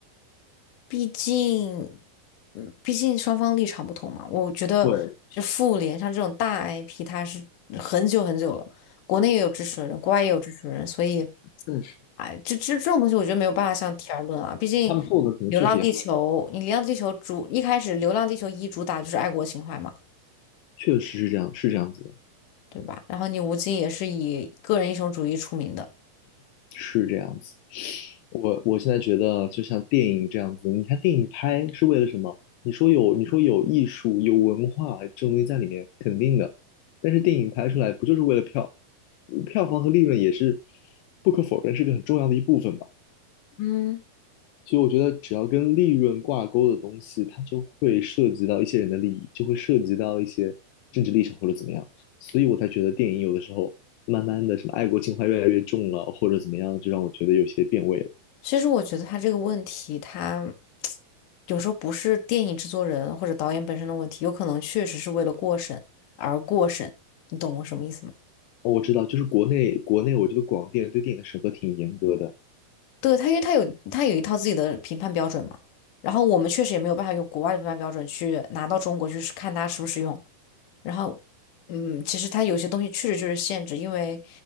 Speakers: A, on the left; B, on the left.
A: 毕竟，嗯，毕竟双方立场不同嘛。我觉得，
B: 对，
A: 就复联像这种大 IP，它是很久很久了，国内也有支持的人，国外也有支持的人，所以，
B: 确实，
A: 哎，这这这种东西，我觉得没有办法相提而论啊。毕竟，
B: 他们做的可能确实也
A: 《流浪地球》，你《流浪地球》主一开始，《流浪地球一》主打就是爱国情怀嘛，
B: 确实是这样，是这样子的，
A: 对吧？然后你吴京也是以个人英雄主义出名的，
B: 是这样子。我我现在觉得，就像电影这样子，你看电影拍是为了什么？你说有，你说有艺术、有文化这种东西在里面，肯定的。但是电影拍出来不就是为了票，票房和利润也是不可否认是个很重要的一部分吧？
A: 嗯。
B: 所以我觉得只要跟利润挂钩的东西，它就会涉及到一些人的利益，就会涉及到一些政治立场或者怎么样。所以我才觉得电影有的时候慢慢的什么爱国情怀越来越重了，或者怎么样，就让我觉得有些变味了。
A: 其实我觉得他这个问题，他有时候不是电影制作人或者导演本身的问题，有可能确实是为了过审而过审，你懂我什么意思吗？
B: 哦，我知道，就是国内国内，我觉得广电对电影的审核挺严格的，
A: 对，他，因为他有他有一套自己的评判标准嘛，然后我们确实也没有办法用国外的评判标准去拿到中国去试看它实不实用。然后，嗯，其实他有些东西确实就是限制，因为